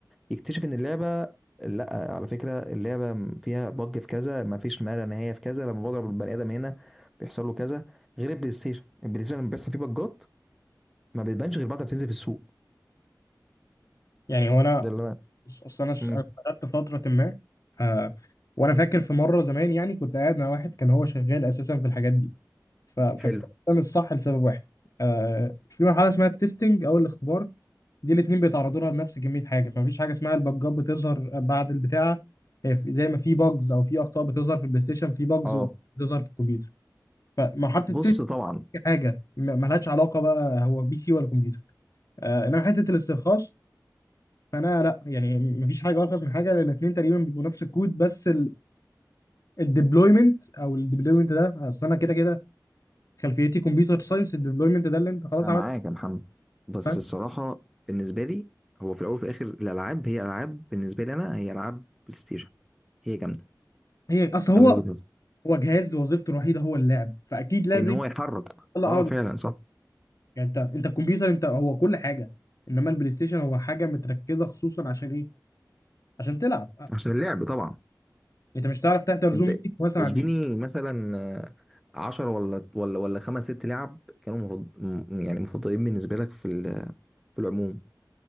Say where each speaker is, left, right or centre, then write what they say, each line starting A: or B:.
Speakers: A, in the centre; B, on the left.
A: يكتشف ان اللعبه لا على فكره اللعبه فيها بج في كذا ما فيش ما لا نهايه في كذا لما بضرب البني ادم هنا بيحصل له كذا غير البلاي ستيشن البلاي ستيشن لما بيحصل فيه بجات ما بتبانش غير بعد ما بتنزل في السوق
B: يعني هو انا
A: ده اللي انا
B: بص، اصل انا ش-
A: امم
B: أنا اشتغلت فتره ما آه وانا فاكر في مره زمان يعني كنت قاعد مع واحد كان هو شغال اساسا في الحاجات دي ف- فكان
A: حلو
B: ده مش صح لسبب واحد آه في مرحله اسمها التستنج او الاختبار دي الاثنين بيتعرضوا لها بنفس كميه حاجه فمفيش حاجه اسمها البجات بتظهر بعد البتاعه هي في- زي ما في باجز او في اخطاء بتظهر في البلاي ستيشن في باجز
A: اه
B: بتظهر في الكمبيوتر فمرحله
A: بص
B: التستنج
A: طبعا
B: حاجه م- ملهاش علاقه بقى هو بي سي ولا كمبيوتر آه انما حته الاسترخاص فانا لا يعني مفيش حاجه ارخص من حاجه لان الاثنين تقريبا بيبقوا نفس الكود بس الديبلويمنت او الديبلويمنت ده اصل انا كده كده خلفيتي كمبيوتر ساينس الديبلويمنت ده اللي انت خلاص
A: انا
B: عملت
A: معاك يا محمد بس
B: فاهم
A: الصراحه بالنسبه لي هو في الاول وفي الاخر الالعاب هي العاب بالنسبه لي انا هي العاب بلاي ستيشن هي جامده
B: هي اصل هو
A: ده من وجهه نظري
B: هو جهاز وظيفته الوحيده هو اللعب فاكيد لازم
A: ان هو يحرك
B: يطلع
A: اه فعلا
B: أعلى-
A: صح
B: يعني انت انت الكمبيوتر انت هو كل حاجه انما البلاي ستيشن هو حاجه متركزه خصوصا عشان ايه عشان تلعب
A: عشان اللعب طبعا
B: انت مش هتعرف تحضر زوم
A: انت
B: ميتنج مثلا
A: اديني
B: على البلاي ستيشن.
A: مثلا آه، عشر ولا ولا ولا خمس ست لعب كانوا مفض... م- يعني مفضلين بالنسبه لك في ال- في العموم